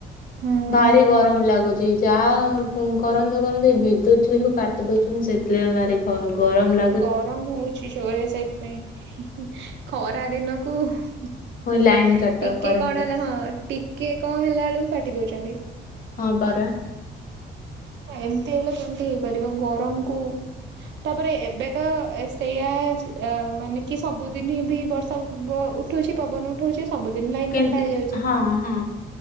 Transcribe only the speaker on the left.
ଭାରି ଗରମ ଲାଗୁଛି ଯାହା କୁ କରନ୍ତୁ କରନ୍ତୁ ଏଇ ବିଦ୍ୟୁତ ସେ ଯୋଉ କାଟ କାଟି ଦଉଛନ୍ତି ସେଇଥିଲାଗି ମତେ ଭାରି ଖ ଗରମ ଲାଗ
ପୁଣି ଲାଇନ କାଟ କରେଣ୍ଟ
କାଟ
ହଁ ପାରା।
କିନ୍ତୁ
ହଁ ହଁ